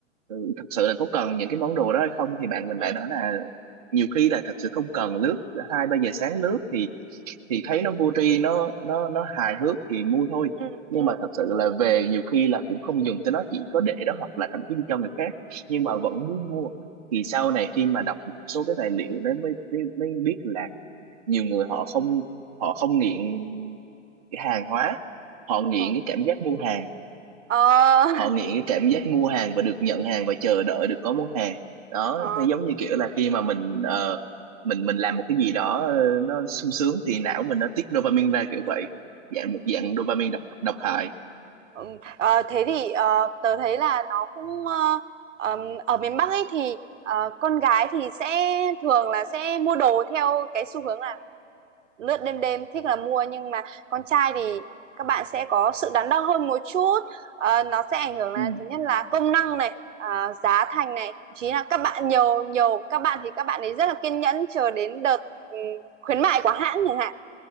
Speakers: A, on the right; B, on the right.
A: ừ, thật sự là có cần những cái món đồ đó hay không thì bạn mình
B: ừ
A: lại nói là nhiều khi là thật sự không cần lướt hai ba giờ sáng lướt thì thì thấy nó vô tri nó nó nó hài hước thì mua thôi
B: ừ
A: nhưng
B: ừ
A: mà thật sự là về nhiều khi là cũng không dùng cho nó chỉ có để đó hoặc là thậm chí đi cho người khác nhưng mà
B: ừ
A: vẫn muốn mua thì sau
B: ừ.
A: này khi mà đọc một số cái tài liệu đấy mới mới, mới biết là nhiều người họ không họ không nghiện cái hàng hóa họ nghiện
B: ờ
A: cái cảm giác mua hàng
B: ờ
A: họ nghiện cái cảm giác mua hàng và được nhận hàng và chờ đợi được có món hàng đó
B: ờ
A: nó giống như kiểu là khi mà mình ờ, mình mình làm một cái gì đó ờ, nó sung sướng thì não mình nó tiết dopamine ra kiểu vậy dạng một dạng dopamine độc độc hại
B: ờ. Ừ, ờ, thế thì ờ, tớ thấy là nó cũng ờ, ờm, ở miền Bắc ấy thì ờ, con gái thì sẽ thường là sẽ mua đồ theo cái xu hướng là lướt đêm đêm thích là mua nhưng mà con trai thì các bạn sẽ có sự đắn đo hơn một chút Ờ, nó sẽ ảnh hưởng là
A: ừ.
B: thứ nhất là công năng này à, giá thành này thậm chí là các bạn nhiều nhiều các bạn thì các bạn ấy rất là kiên nhẫn chờ đến đợt ừ, khuyến mại của hãng chẳng hạn